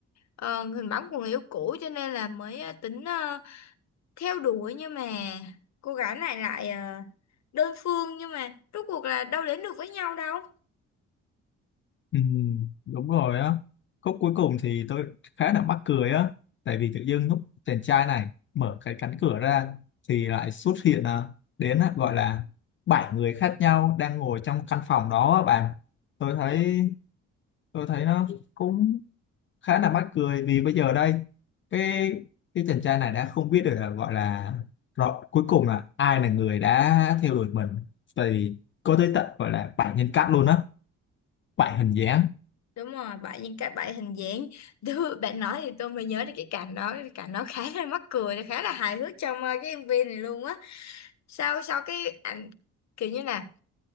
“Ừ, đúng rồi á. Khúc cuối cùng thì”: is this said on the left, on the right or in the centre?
Left